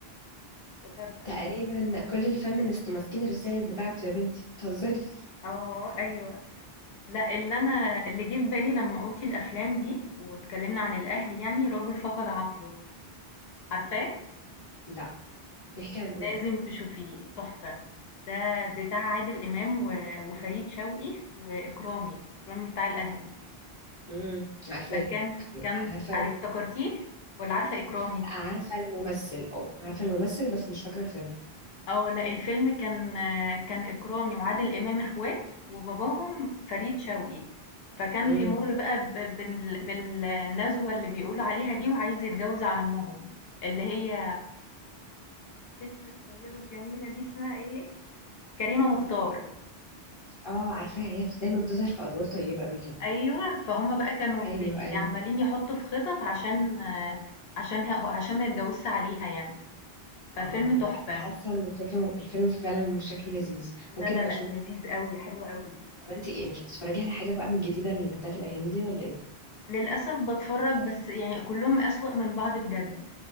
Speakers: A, on the left (about 70°); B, on the left (about 30°).
A: افتكرت أيوه.
B: تقريبا كل الفيمينست ماسكين الرسائل بتاعته يا بنتي بتهزري
A: آه، أيوه. لأ، اللي أنا اللي جه في بالي لمّا قُلتِ الأفلام دي واتكلمنا عن الأهل يعني، رجل فقد عقله، عارفاه؟
B: لا بيحكي عن ايه
A: لازم
B: ده
A: تشوفيه، تحفة. ده بتاع عادل إمام و وفريد شوقي وإكرامي، إكرامي بتاع الأهلي.
B: امم عارفاه
A: فكان كان
B: عارفه
A: عارف
B: ال-
A: افتكرتيه والّا عارفة إكرامي؟
B: لا عارفه الممثل اه عارفه الممثل بس مش فاكره الفيلم
A: آه، لأ الفيلم كان كان إكرامي وعادل إمام إخوات وباباهم فريد شوقي، فكان
B: امم
A: بيمُر بقى ب بال بالنزوة اللي بيقولوا عليها دي وعايز يتجوز على أمهم، اللي هي الست الطيبة الجميلة دي اسمها إيه؟ كريمة مختار.
B: اه عارفاها هي بت- دايما بتظهر في ادوار طيبه قوي كده
A: أيوه، فهُم بقى كانوا بي
B: ايوه ايوه
A: عمّالين يحطّوا في خطط عشان عشان ه عشان ما يتجوزش عليها يعني، فالفيلم
B: اه
A: تحفة.
B: لا، حاسه ان الفكره الفيلم فعلا مش شكله لذيذ
A: لا
B: ممكن
A: لا
B: ابقى
A: لأ،
B: اشوف
A: لذيذ أوي، حلو أوي.
B: طب انت ايه مش بتتفرجي على حاجه بقى من الجديده اللي بتاعت الايام دي ولا ايه
A: للأسف باتفرّج بس يعني كلّهم أسوأ من بعض بجد.